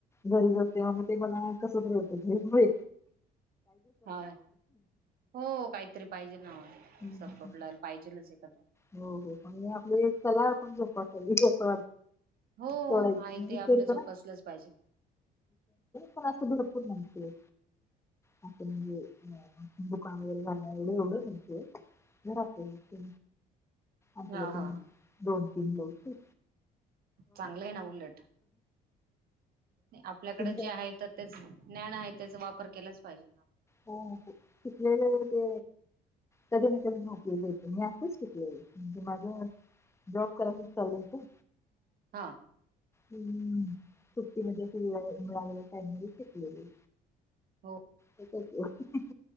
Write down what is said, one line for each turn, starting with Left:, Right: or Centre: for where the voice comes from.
Left: घरी बसल्याव ते मला कस तरी होत
Right: हा. हो काहीतरी पाहिजे ना
Left: हम्म.
Right: सपोर्टला पाहिजेलच एखादा.
Left: हो हो पन मी आपली एक कला पण जोपसावी असं
Right: हो
Left: वाटत
Right: आहे ते
Left: विसरते
Right: आपलं जोपासलंच पाहिजे
Left: पण अस भरपूर माहितीये. आपण म्हणजे दुकान वगैरे घालणार एवढं माहितीये. घरातल्या असले आपले
Right: हा
Left: पण
Right: हा हा
Left: दोन तीन ब्लाउज शिवते.
Right: चांगलं आहे ना उलट आपल्याकडे
Left: <unintelligible>
Right: जे आहे तर तेच ज्ञान आहे त्याचा वापर केलाच पाहिजे ना.
Left: हो शिकलेला मग ते कधी ना कधी म उपयोगी येते मी असंच शिकलेय म्हणजे माझं. जॉब करायचच चालू होत.
Right: हा.
Left: अम्म सुट्टीमध्ये फ मीळालेल्या टाईम मध्ये शिकलेले.
Right: हो.
Left: <unintelligible>